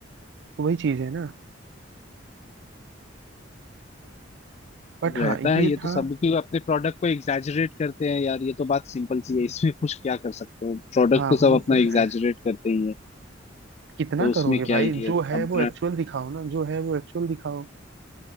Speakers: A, on the right; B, on the left.
A: तो वही चीज है ना बट
B: तो
A: हाँ
B: रहता
A: ये
B: है ये
A: था
B: तो सब क्यों अपने प्रोडक्ट को एग्जैजरेट करते हैं यार ये तो बात सिंपल सी है इसमें कुछ क्या कर सकते हो प्रोडक्ट
A: हाँ
B: तो
A: वो
B: सब अपना
A: तो है
B: एग्जैजरेट करते ही है
A: कितना
B: तो उसमें
A: करोगे
B: क्या
A: भाई
B: ही है
A: जो है
B: अब
A: वो एक्चुअल दिखाओ ना जो है वो एक्चुअल दिखाओ